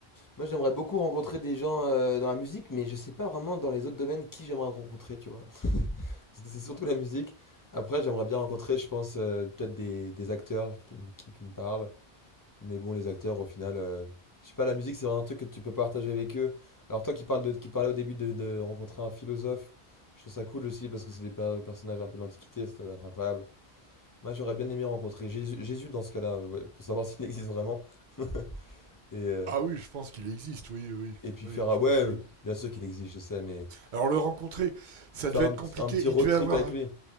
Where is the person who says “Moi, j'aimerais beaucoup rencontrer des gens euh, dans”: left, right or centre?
Left